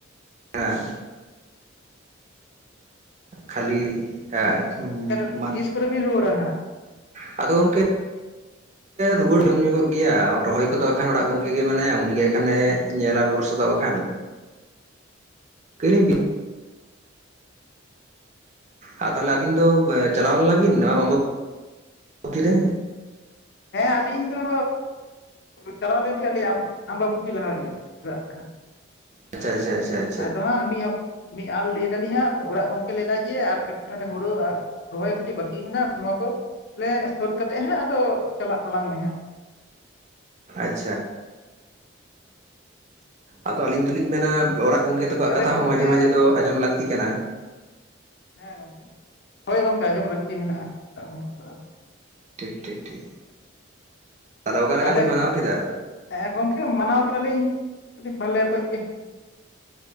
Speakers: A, on the right; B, on the left.
A: ᱦᱮᱸ ᱠᱷᱟᱞᱤ ᱦᱮᱸ᱾
B: ᱱᱚᱛᱮᱨᱮ
A: ᱢᱟ
B: ᱛᱤᱥ ᱠᱚᱨᱮ ᱵᱤᱱ ᱨᱩᱣᱟᱹᱲᱟ ᱦᱟᱸᱜ?
A: ᱟᱫᱚ ᱜᱚᱝᱠᱮ
B: <inaudible>
A: ᱨᱩᱣᱟᱹᱲ ᱵᱤᱞᱚᱢ ᱧᱚᱜᱚᱜ ᱜᱮᱭᱟ ᱨᱚᱦᱚᱭ ᱠᱚᱫᱚ ᱠᱷᱟᱱ ᱚᱲᱟᱜ ᱜᱚᱝᱠᱮ ᱜᱮ ᱢᱮᱱᱟᱭᱟ ᱩᱱᱤᱜᱮ ᱦᱟᱸᱜ ᱠᱷᱟᱱᱮ ᱧᱮᱞᱟ ᱵᱚᱨ ᱥᱚᱫᱚᱜ-ᱟ ᱠᱷᱟᱱ᱾ <unintelligible> ᱟᱨ ᱛᱟᱦᱞᱮ ᱟᱹᱵᱤᱱ ᱫᱚ ᱪᱟᱞᱟᱣ ᱞᱮᱱᱟ ᱵᱤᱱ <inaudible> ᱨᱮ?
B: ᱦᱮᱸ ᱟᱞᱤᱧ ᱫᱚ ᱪᱟᱞᱟᱣ ᱞᱮᱱ ᱛᱟᱦᱮᱸᱜ ᱞᱤᱧ ᱟᱢᱵᱟᱵᱚᱛᱤ ᱞᱟᱦᱟᱜᱮ ᱚᱲᱟᱜ᱾
A: ᱟᱪᱷᱟ ᱟᱪᱷᱟ ᱟᱪᱷᱟ᱾
B: ᱟᱫᱚ ᱦᱟᱸᱜ ᱢᱤᱫ ᱦᱟᱯ ᱢᱤᱫ ᱟ ᱞᱟᱹᱭ ᱫᱟᱞᱤᱧ ᱦᱟᱸᱜ ᱚᱲᱟᱜ ᱜᱚᱝᱠᱮ ᱞᱟᱹᱭ ᱡᱮ ᱟᱨ ᱠᱟᱹ ᱚᱱᱮ ᱦᱩᱲᱩ ᱨᱚᱦᱚᱭ ᱠᱟᱹᱴᱤᱡ ᱵᱟᱠᱤ ᱢᱮᱱᱟᱜ-ᱟ ᱱᱚᱣᱟ ᱠᱚᱜᱮ ᱥᱟᱹᱛ ᱠᱟᱛᱮᱫ ᱦᱟᱸᱜ ᱟᱫᱚ ᱪᱟᱞᱟᱜ ᱛᱟᱞᱟᱝ ᱢᱮ ᱦᱟᱸᱜ᱾
A: ᱟᱪᱪᱷᱟ, ᱟᱫᱚ ᱟᱹᱞᱤᱧ ᱫᱚᱞᱤᱧ ᱢᱮᱱᱟ ᱚᱲᱟᱜ ᱜᱚᱝᱠᱮ ᱛᱟ ᱴᱠᱚᱣᱟᱜ
B: ᱛᱟᱦᱚᱞᱮ
A: ᱠᱟᱛᱷᱟ
B: ᱜᱚᱝᱠᱮ
A: ᱦᱚᱸ ᱢᱟᱡᱷᱮ ᱢᱟᱡᱷᱮ ᱫᱚ ᱟᱸᱡᱚᱢ ᱞᱟᱹᱠᱛᱤ ᱠᱟᱱᱟ᱾
B: ᱦᱮᱸ ᱜᱚᱝᱠᱮ, ᱦᱳᱭ ᱜᱚᱝᱠᱮ ᱟᱸᱡᱚᱢ ᱞᱟᱹᱠᱛᱤ ᱢᱮᱱᱟᱜ-ᱟ ᱚᱲᱟᱜ ᱜᱚᱝᱠᱮ᱾ ᱠᱚᱣᱟᱜ ᱦᱚᱸ᱾
A: ᱴᱷᱤᱠ ᱴᱷᱤᱠ ᱴᱷᱤᱠ, ᱛᱟᱦᱞᱮ ᱚᱠᱟᱞᱮᱠᱟ
B: ᱛᱟᱦᱚᱞᱮ
A: ᱵᱤᱱ ᱢᱟᱱᱟᱣ ᱠᱮᱫᱟ?
B: ᱦᱮᱸ ᱜᱚᱝᱠᱮ ᱢᱟᱱᱟᱣ ᱠᱮᱫᱟᱞᱤᱧ ᱠᱟᱹᱴᱤᱡ ᱵᱷᱟᱞᱮ ᱚᱠᱚᱡ ᱜᱮ᱾